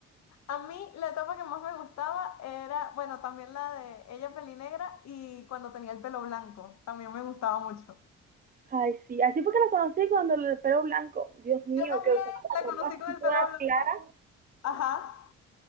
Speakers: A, on the left; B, on the right.
A: A mí la etapa que más me gustaba era, bueno, también la de ella pelinegra y cuando tenía el pelo blanco, también me gustaba mucho.
B: Ay, sí, así fue que la conocí cuando el pelo blanco, Dios mío,
A: Yo también
B: que usaba la
A: la conocí
B: ropa
A: con
B: así
A: el
B: toda
A: pelo blanco.
B: clara,
A: Ajá.